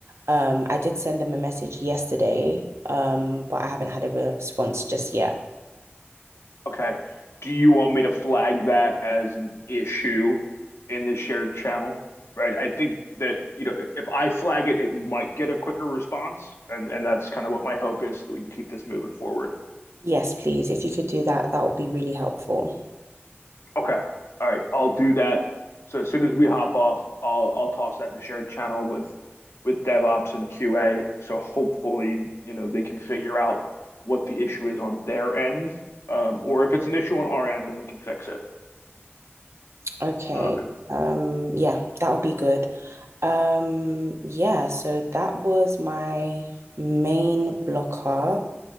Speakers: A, on the right; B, on the left.
A: Um, I did send them a message yesterday, um, but I haven't had a response just yet.
B: Okay. Do you want me to flag that as an issue in the shared channel? Right. I think that, you know, if I flag it, it might get a quicker response. And and that's kind of what my hope is so that we can keep this moving forward.
A: Yes, please. If you could do that, that would be really helpful.
B: Okay. All right. I'll do that. So as soon as we hop off, I'll I'll toss that in the shared channel with with DevOps and QA. So hopefully, you know, they can figure out what the issue is on their end, um, or if it's an issue on our end and we can fix it.
A: Okay.
B: Okay.
A: Um, yeah, that would be good. Um, yeah, so that was my main blocker.